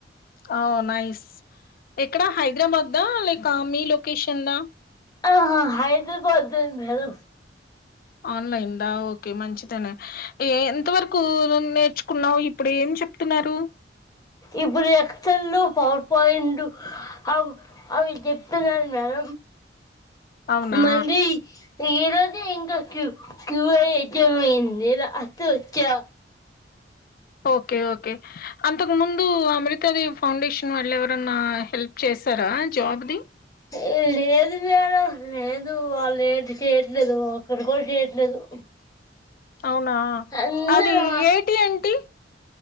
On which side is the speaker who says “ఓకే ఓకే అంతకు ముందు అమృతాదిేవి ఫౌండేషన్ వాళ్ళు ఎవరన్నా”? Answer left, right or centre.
Left